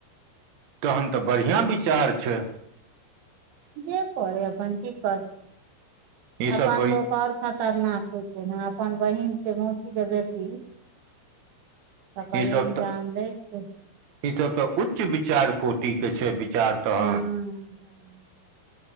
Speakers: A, on the right; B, on the right.
A: तहन तऽ
B: से
A: बढ़िआँ विचार छै।
B: जे पे अपन की कर
A: ईसभ
B: अपन
A: बड़ी
B: लोक आओर ख खतरनाक होइ छै ने अपन बहिन छै मौसी के बेटी तकड़
A: ईसभ
B: एहन
A: तऽ
B: जान रहै छै।
A: ईसभ तऽ उच्च विचार कोटिके छै विचार तहन
B: हँ